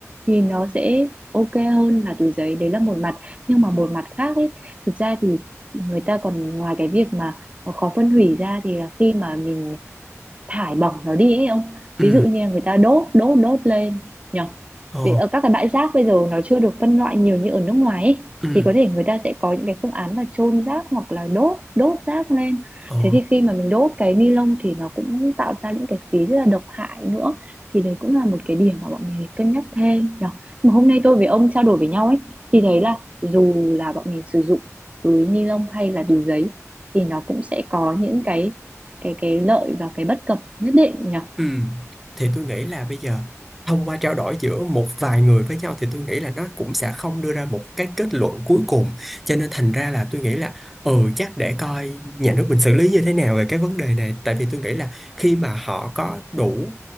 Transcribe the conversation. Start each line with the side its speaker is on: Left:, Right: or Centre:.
Right: Thì nó sẽ ok hơn là túi giấy, đấy là một mặt, nhưng mà một mặt khác ấy, thực ra thì người ta còn ngoài cái việc mà khó phân hủy ra thì là khi mà mình thải bỏng nó đi ấy ông
Centre: ừ
Right: ví dụ như là người ta đốt đốt đốt lên nhỉ
Centre: ờ
Right: vì ở các cái bãi rác bây giờ nó chưa được phân loại nhiều như ở nước ngoài ấy,
Centre: ừ
Right: thì có thể người ta sẽ có những cái phương án là chôn rác hoặc là đốt đốt rác lên
Centre: ờ
Right: thế thì khi mà mình đốt cái ni lông thì nó cũng tạo ra những cái khí rất là độc hại nữa thì đấy cũng là một cái điểm mà bọn mình phải cân nhắc thêm nhỉ mà hôm nay tôi với ông trao đổi với nhau ấy thì thấy là dù là bọn mình sử dụng túi ni lông hay là túi giấy thì nó cũng sẽ có những cái cái cái lợi và cái bất cập nhất định nhỉ
Centre: Ừ. Thì tôi nghĩ là bây giờ thông qua trao đổi giữa một vài người với nhau thì tôi nghĩ là nó cũng sẽ không đưa ra một cái kết luận cuối cùng cho nên thành ra là tôi nghĩ là ừ chắc để coi nhà nước mình xử lý như thế nào về cái vấn đề này tại vì tôi nghĩ là khi mà họ có đủ